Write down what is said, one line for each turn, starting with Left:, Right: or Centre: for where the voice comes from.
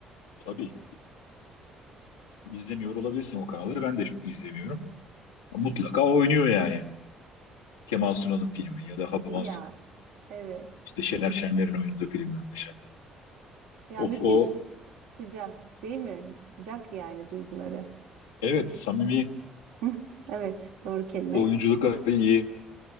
Left: Tabii. izlemiyor olabilirsin o kanalları. Ben de çok izlemiyorum. Mutlaka oynuyor yani. Kemal
Right: <laughs>
Left: Sunal'ın filmi ya da Hababam
Right: E,
Left: işte
Right: ya evet.
Left: Şener Şenler'in oynadığı filmler. Şen.
Right: Ya
Left: O,
Right: müthiş
Left: o
Right: sıcak değil mi? Sıcak yani duyguları.
Left: evet samimi
Right: Hı, evet doğru kelime.
Left: oyunculukları iyi.